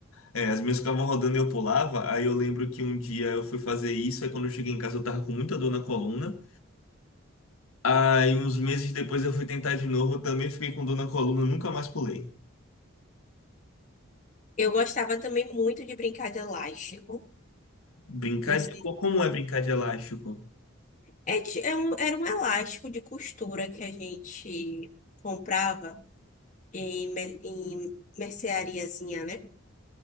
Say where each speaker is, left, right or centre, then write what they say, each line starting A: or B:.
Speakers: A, on the left (about 80°); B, on the left (about 35°).
A: É, as minhas ficavam rodando e eu pulava. Aí eu lembro que um dia eu fui fazer isso. Aí quando eu cheguei em casa eu tava com muita dor na coluna. Aí uns meses depois eu fui tentar de novo. Eu também fiquei com dor na coluna. Nunca mais pulei.
B: Eu gostava também muito de brincar de elástico.
A: Brincar
B: Não sei
A: de. co-
B: se
A: Como é brincar de elástico?
B: é, ti- é um- era um elástico de costura que a gente comprava em, mer- em merceariazinha, né?